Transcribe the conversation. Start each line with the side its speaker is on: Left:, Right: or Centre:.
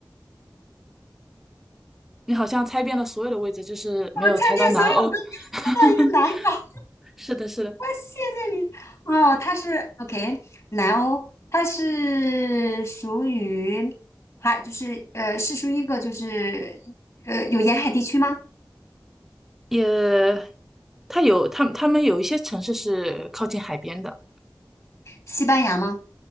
Centre: 你好像猜遍了所有的位置，就是没有猜到南欧。
Left: 我猜遍所有都没有猜到一个南亚。
Centre: <laughs> 是的，是的，
Left: 谢谢你。哦，它是 OK，南欧，它是属于还就是呃，是属于一个就是呃有沿海地区吗？
Centre: 也，它有，他他们有一些城市是靠近海边的。
Left: 西班牙吗？